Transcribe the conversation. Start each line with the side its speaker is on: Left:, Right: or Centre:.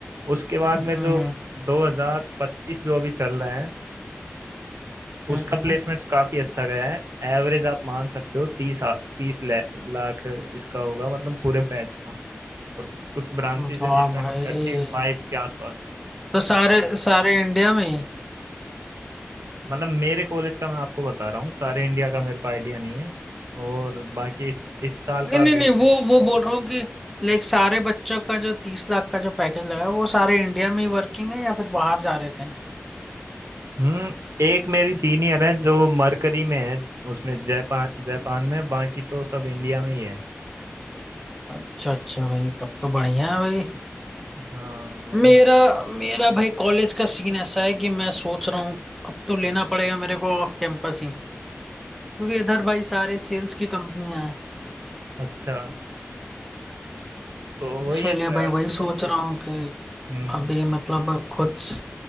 Right: उसके बाद
Centre: हम्म
Right: में जो
Centre: हम्म
Right: 2025 जो अभी चल रहा है
Centre: हम्म,
Right: उसका प्लेसमेंट्स काफी अच्छा गया है एवरेज आप मान सकते हो तीस तीस लाख इसका होगा मतलब पूरे बैच का और कुछ ब्रांचेस
Centre: हम्म। वाह
Right: हैं जिनका
Centre: भाई
Right: थर्टी फाइव के आसपास है
Centre: तो सारे सारे इंडिया में ही
Right: मतलब मेरे कॉलेज का मैं आपको बता रहा हूँ सारे इंडिया का मेरे को आइडिया नहीं है और बाकी इस इस साल
Centre: नहीं
Right: का
Centre: नहीं
Right: देखते
Centre: नहीं वो
Right: हैं
Centre: वो बोल रहा हूँ कि लाइक सारे बच्चों का जो तीस लाख का जो पैकेज लगा है वो सारे इंडिया में ही वर्किंग है या फिर बाहर जा रहे कहीं
Right: हम्म एक मेरी सीनियर है जो मरकरी में है उसमें जापान जापान में बाकी तो सब इंडिया में ही है
Centre: अच्छा अच्छा भाई तब तो बढ़िया है भाई
Right: हाँ वही
Centre: मेरा
Right: है
Centre: मेरा भाई कॉलेज का सीन ऐसा है कि मैं सोच रहा हूँ अब तो लेना पड़ेगा मेरे को ऑफ कैंपस ही क्योंकि इधर भाई सारे सेल्स की कंपनियां हैं
Right: अच्छा तो वही
Centre: इसीलिए
Right: है तो यार
Centre: भाई वही सोच रहा हूँ कि
Right: हम्म
Centre: अभी मतलब खुद से